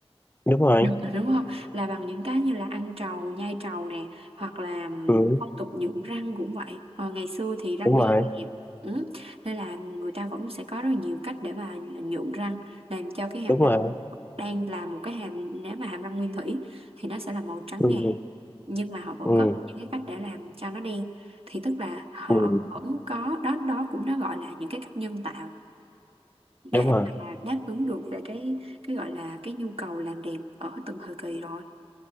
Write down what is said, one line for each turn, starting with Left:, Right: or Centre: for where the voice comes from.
Left: đúng rồi
Right: Ờ, đúng không là bằng những cái như là ăn trầu nhai trầu nè hoặc là ừm,
Left: ừ
Right: phong tục nhuộm răng cũng vậy hồi ngày xưa thì răng
Left: đúng
Right: đen
Left: rồi
Right: đẹp ừ. nên là người ta vẫn sẽ có rất là nhiều cách để mà nhuộm răng làm cho cái hàm
Left: đúng
Right: răng
Left: rồi
Right: đen là một cái hàm nếu mà hàm răng nguyên thủy thì nó sẽ là màu trắng
Left: ừ
Right: ngà nhưng mà họ vẫn
Left: ừ,
Right: có những cái cách để làm cho nó đen thì tức là họ
Left: ừ.
Right: vẫn có đó đó cũng nó gọi là những cái cách nhân tạo để
Left: đúng rồi
Right: mà đáp ứng được về cái cái gọi là cái nhu cầu làm đẹp ở từng thời kỳ rồi